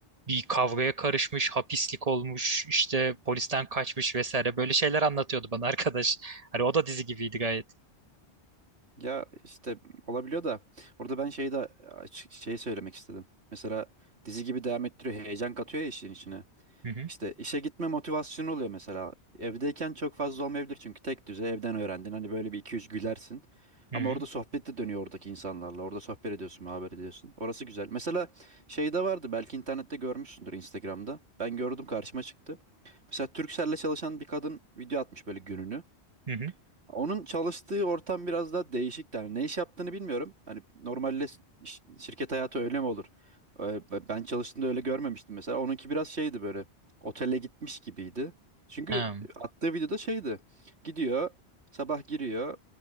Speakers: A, on the right; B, on the right.
A: bir kavgaya karışmış, hapislik olmuş, işte polisten kaçmış vesaire böyle şeyler anlatıyordu bana <laughs> arkadaş. Hani o da dizi gibiydi gayet.
B: Ya işte olabiliyor da orada ben şeyi de açık- şey söylemek istedim. Mesela dizi gibi devam ettiriyor, heyecan katıyor ya işin içine.
A: Hı hı,
B: İşte işe gitme motivasyonu oluyor mesela. Evdeyken çok fazla olmayabilir çünkü tek düze evden öğrendin. Hani böyle bir iki üç gülersin.
A: hı
B: Ama
A: hı,
B: orada sohbet de dönüyor oradaki insanlarla. Orada sohbet ediyorsun, muhabbet ediyorsun. Orası güzel. Mesela şeyde vardı belki internette görmüşsündür Instagram'da. Ben gördüm karşıma çıktı. Mesela Turkcell'le çalışan bir kadın video atmış böyle gününü.
A: hı hı.
B: Onun çalıştığı ortam biraz daha değişik yani ne iş yaptığını bilmiyorum. Hani normalde s- iş- şirket hayatı öyle mi olur? Ee, b- Ben çalıştığımda öyle görmemiştim mesela. Onunki biraz şeydi böyle otele gitmiş gibiydi. Çünkü
A: Ha,
B: e, attığı videoda şeydi. Gidiyor sabah giriyor